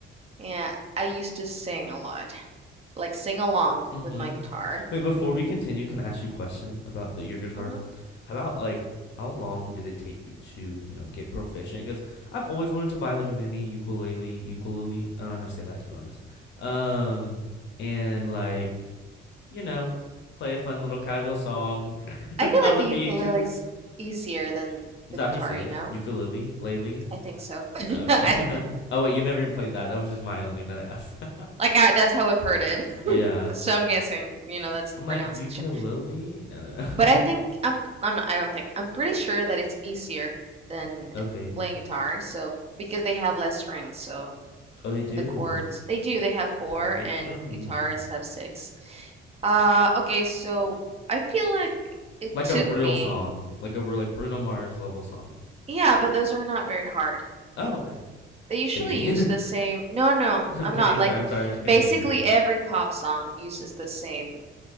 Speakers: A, on the right; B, on the left.
A: yeah, I used to sing a lot, like sing along
B: Mhm.
A: with my guitar.
B: Wait, before we continue, can I ask you a question about the, your guitar?
A: hmm
B: How about like how long did it take you to, you know, get proficient? Because I've always wanted to buy like a mini ukulele, ukulele. I don't know how to say that to be honest. Um, and like, you know, play a fun little casual song <laughs>
A: I feel
B: on
A: like
B: the
A: the
B: beach
A: ukulele's
B: or something.
A: easier than
B: Is
A: the
B: that
A: guitar,
B: how you say
A: you
B: it?
A: know?
B: Ukulele, lately?
A: I think so. <laughs>
B: Okay.
A: I
B: <laughs> Oh wait, you never even played that. That was just my own thing that I asked. <laughs>
A: like I, that's how I've heard it.
B: Yeah.
A: <laughs> So I'm guessing, you know, that's the
B: I'm
A: pronunciation.
B: like ukulele? No, no, no.
A: But I think I'm I'm not, I don't think. I'm pretty sure that it's easier than
B: <laughs> Okay.
A: playing guitar, so because they have less strings. So
B: Oh, they do.
A: in the chords, they do, they have four
B: Perfect
A: and
B: for me.
A: guitars have six. Uh okay, so I feel like it
B: Like
A: took
B: a real
A: me.
B: song, like a real like Bruno Mars level song.
A: Yeah, but those are not very hard.
B: Oh, okay.
A: They usually
B: Shady.
A: use the same. No, no,
B: <laughs> I'm
A: I'm
B: kidding.
A: not.
B: I'm
A: Like,
B: sorry. I'm sorry. Continue.
A: basically
B: Continue.
A: every pop song uses the same